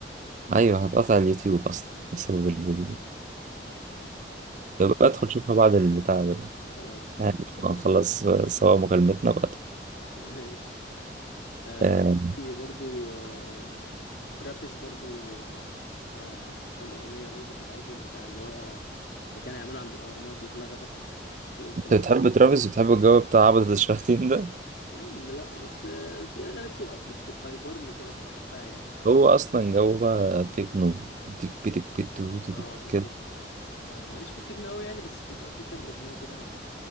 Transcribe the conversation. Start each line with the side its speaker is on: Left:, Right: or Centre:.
Right: ايوه هتقطع اليوتيوب اصلا بسبب الفيديو ده طب بقى ادخل شوفها بعد البتاع ده
Left: خلاص
Right: يعني بعد ما نخلص سوا مكالمتنا بقى
Left: ماشي آه
Right: آه،
Left: وفي برضو آه ترافيس برضو آه، بتاع كام اغنيه برضو في الالبوم بتاع اللي هو اللي كان هيعمله عند الاهرامات واتلغى ده في
Right: انت
Left: كام
Right: بتحب ترافيس وبتحب الجو بتاع عبدة الشياطين ده
Left: يا عم لا بس آه، في اغاني بتبقى بت- بتهايبرني كده فبحبها يعني
Right: هو اصلا جو بقى تكنو تك بيتك بيتو تك
Left: اه بالظبط
Right: كده
Left: فماليش في التكنو قوي يعني بس بيبقى في كام اغنيه كده